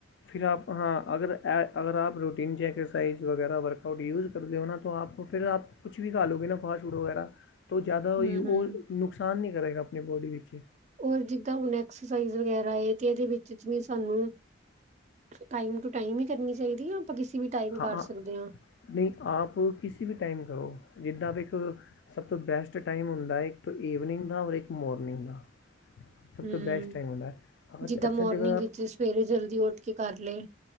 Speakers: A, on the left; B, on the right.
A: ਫਿਰ ਆਪ ਹਾਂ, ਅਗਰ ਐ ਅਗਰ ਆਪ ਰੂਟੀਨ 'ਚ ਐਕਸਰਸਾਈਜ਼ ਵਗੈਰਾ, ਵਰਕਆਊਟ ਯੂਜ਼ ਕਰਦੇ ਓ ਨਾ ਤੋਂ ਆਪ ਫਿਰ ਆਪ ਕੁਛ ਵੀ ਖਾ ਲੋਗੇ ਨਾ, ਫਾਸਟ-ਫੂਡ ਵਗੈਰਾ ਓ ਜ਼ਿਆਦਾ
B: ਹਮ
A: ੳਈ ਓ,
B: ਹਮ
A: ਨੁਕਸਾਨ ਨਹੀਂ ਕਰੇਗਾ ਆਪਣੀ ਬੋਡੀ ਵਿੱਚ।
B: ਔਰ ਜਿੱਦਾਂ ਹੁਣ ਐਕਸਰਸਾਈਜ਼ ਵਗੈਰਾ ਏ, ਤੇ ਇਹਦੇ ਵਿੱਚ ਜਿਵੇਂ ਸਾਨੂੰ ਟਾਈਮ ਟੂ ਟਾਈਮ ਈ ਕਰਨੀ ਚਾਹੀਦੀ ਆ ਜਾ ਆਪਾਂ ਕਿਸੇ ਵੀ ਟਾਈਮ
A: ਹਾਂ
B: ਕਰ
A: ਹਾਂ,
B: ਸਕਦੇ ਆ।
A: ਨਹੀਂ, ਆਪ ਕਿਸੇ ਵੀ ਟਾਈਮ ਕਰੋ ਜਿੱਦਾਂ ਵੇਖੋ ਸਭ ਤੋਂ ਬੈਸਟ ਟਾਈਮ ਹੁੰਦਾ ਏ, ਇੱਕ ਤੋਂ ਈਵਨਿੰਗ ਦਾ ਔਰ ਇੱਕ ਮੋਰਨਿੰਗ ਦਾ। ਸਭ
B: ਹਮ
A: ਤੋਂ ਬੈਸਟ ਟਾਈਮ ਹੁੰਦਾ ਹੈ
B: ਜਿੱਦਾਂ
A: ਅੱਛਾ
B: ਮੋਰਨਿੰਗ
A: ਜਦੋਂ
B: ਵਿੱਚ ਸਵੇਰੇ ਜਲਦੀ ਉੱਠ ਕੇ ਕਰ ਲਏ।